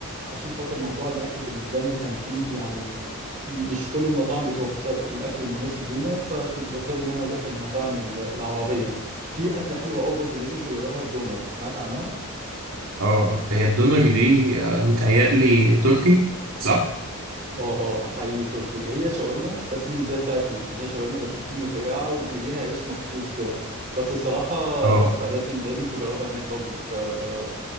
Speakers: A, on the right; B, on the right.
A: عشان خاطر موضوع الأكل بالنسبة لنا كان فيه يعني مش كل المطاعم بتوفر الأكل المناسب لينا فكنت بضطر إن أنا أروح المطاعم ال- العربية في أكلة حلوة أوي برضو لازم تجربها الدونر سمعت عنها؟
B: آه. هي الدونر دي آه، متهيألي تركي صح؟
A: اه اه حقيقي تركي هي شاورما بس مش زي بتاعتنا يعني هي شاورما بس بتكون رفيعة وليها عيش مخصوص كده بس الصراحة
B: اه
A: تحفة لازم لازم تجربها هناك برضو في آه،